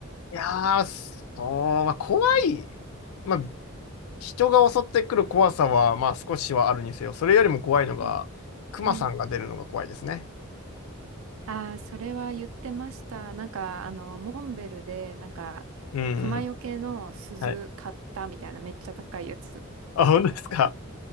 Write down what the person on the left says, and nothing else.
いやー、そう、まあ、怖い。まあ、人が襲ってくる怖さは、まあ、少しはあるにせよ、それよりも怖いのが、
クマさんが出るのが怖いですね。
うんうん。
はい。
あ、本当ですか。